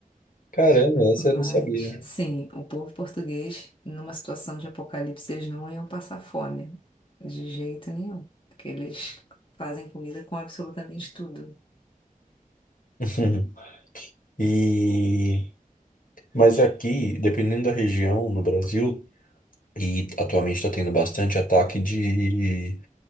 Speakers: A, on the left (about 65°); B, on the left (about 35°).
A: Caramba, essa
B: Mas,
A: eu não sabia.
B: sim, o povo português, numa situação de apocalipse, eles não iam passar fome, de jeito nenhum. Porque eles fazem comida com absolutamente tudo.
A: <laughs> E mas aqui, dependendo da região no Brasil, e atualmente está tendo bastante ataque de,